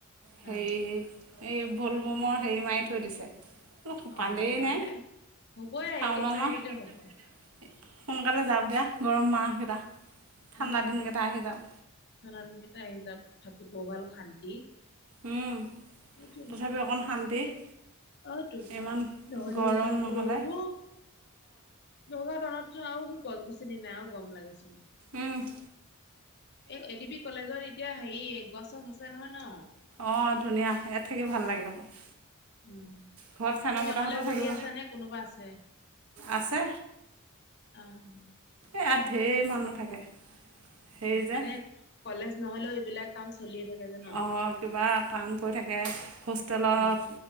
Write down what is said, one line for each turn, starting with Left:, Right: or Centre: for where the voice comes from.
Right: হেৰি
Left: অ
Right: এই ভলবমৰ হেৰি মাৰি থৈ দিছে। <inaudible> বোলো সোমালেই
Left: অ তেনেহলে
Right: নে
Left: হ'বই
Right: শাওণৰ
Left: এইকেইদিনৰ
Right: মাহ।
Left: ভিতৰতে হ'ব
Right: <inaudible> সোনকালে যাওক দিয়া গৰম মাহকেইটা। <inaudible> ঠাণ্ডা
Left: উম!
Right: দিনকেইটা আহি যাওক
Left: <inaudible> কেইটা আহি যাওক থাকি <unintelligible> ভাল শান্তি।
Right: উম! <inaudible>
Left: সেইটোৱে <unintelligible>
Right: তথাপিও অকণ শান্তি। <inaudible>
Left: অঁ! তোণ
Right: ইমান
Left: নহ'লে
Right: গৰম
Left: ইমান
Right: নহ'লে
Left: গৰম অউ <unintelligible> নগাঁও টাউনতো আৰু গছ-গছনি নাই আৰু গৰম লাগে চোন। <unintelligible>
Right: উম। <inaudible>
Left: এই এটিবি কলেজত এতিয়া হেৰি গছ-চছ আছে নহয় ন? <inaudible>
Right: অঁ! ধুনীয়া ইয়াত থাকি ভাল লাগে আকৌ। <inaudible>
Left: উম!
Right: ঘৰত ফেনৰ
Left: তুমি
Right: বতাহতো
Left: অকলে বহি
Right: থাকিব
Left: আছা নে কোনোবা আছে? <inaudible>
Right: আছে
Left: অঁ! <inaudible>
Right: এইয়াত ঢেৰ মানুহ থাকে। <inaudible> হেৰি যে
Left: মানে কলেজ নহলেও এইবিলাক কাম চলিয়েই থাকে যে ন? <unintelligible>
Right: অঁ! কিবা কাম <unintelligible> কৰি থাকে, হোষ্টেলত
Left: উম,